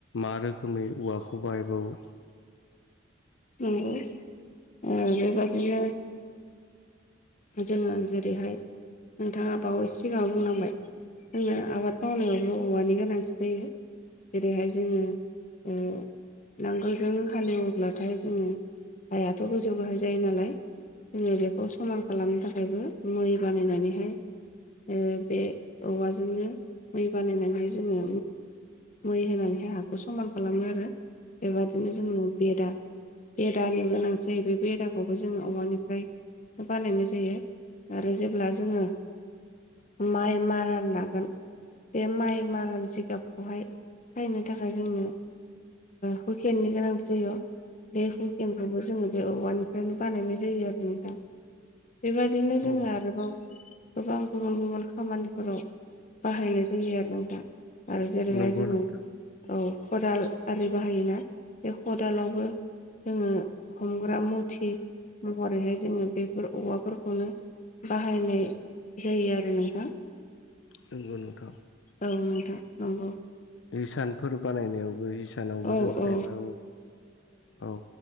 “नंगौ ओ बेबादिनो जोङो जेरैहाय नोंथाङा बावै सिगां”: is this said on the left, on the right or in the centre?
Left